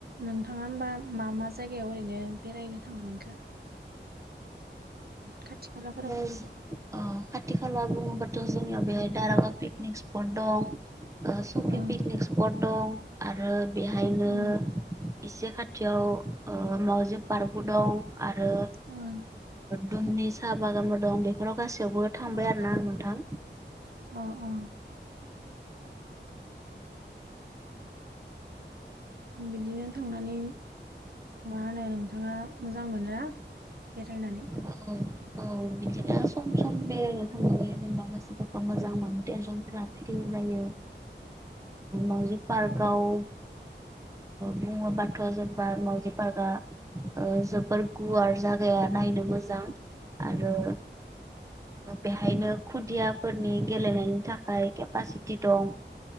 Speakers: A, on the right; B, on the right.
A: नोंथाङा होमबा मा मा जायगायाव ओरैनो बेरायनो थांनो मोनखो खाथि खाला
B: बि अ खाथि खाला बुङोबाथ' जोंनियाव बेहाय दारागाव पिकनिक स्पट दं सकि
A: ओं
B: पिकनिक स्पट दं आरो बेहायनो
A: उम
B: इसे खाथियाव मावजि पार्कबो दं आरो
A: ओं
B: दुमनि साहा बागानफोर दं बेफोराव गासैयावबो थांबाय
A: अ
B: आरो ना आं नोंथां
A: अ अ बिदिनो थांनानै मा होनो नोंथाङा मोजां मोनो बेरायनानै
B: औ औ बि सम बेलराय थां जेनबा मोजां मोनो टेनसन फोर फ्रि जायो मउजि पार्गाव बुङोबाथ' जेनेबा मावजि पार्कआ जोबोर गुवार जागाया नायनो मोजां आरो। बेहायनो खुदियाफोरनि गेलेनायनि थाखाय केपासिटि दं।